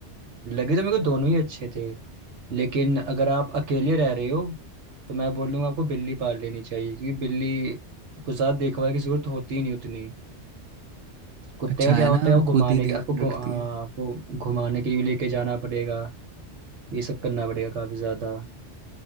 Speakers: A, on the right; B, on the right.
A: लगे तो मेरे को दोनों ही अच्छे थे लेकिन अगर आप अकेले रह रहे हो तो मैं बोलूँगा आपको बिल्ली पाल लेनी चाहिए क्योंकि बिल्ली को साथ देखभाल की जरूरत होती ही नहीं उतनी कुत्ते
B: अच्छा
A: का क्या
B: है
A: होता
B: ना
A: है
B: वो
A: आपको
B: खुद
A: घुमाने
B: ही ध्यान
A: के आपको घु,
B: रखती
A: हाँ
B: है
A: आपको घुमाने के लिए भी लेके जाना पड़ेगा ये सब करना पड़ेगा काफ़ी ज़्यादा